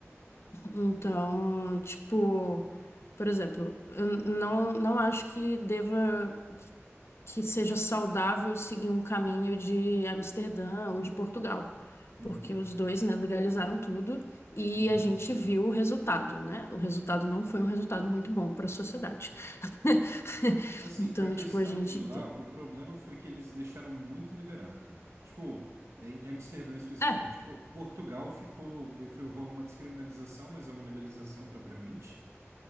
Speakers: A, on the left; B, on the right.
A: Então, tipo, por exemplo, eu não, não acho que deva. que seja saudável seguir um caminho de Amsterdã ou de Portugal,
B: uhum,
A: porque os dois, né, legalizaram tudo e
B: uhum.
A: a gente viu o resultado, né? O resultado não foi um resultado muito bom para a sociedade.
B: uhum.
A: <laughs>
B: Assim,
A: Então,
B: a questão
A: tipo, a gente
B: de lá,
A: tem.
B: o problema foi que eles deixaram muito liberado. Tipo, em Amsterdã especificamente.
A: É.
B: Po- Portugal ficou, foi, rolou uma descriminalização, mas é uma legalização propriamente.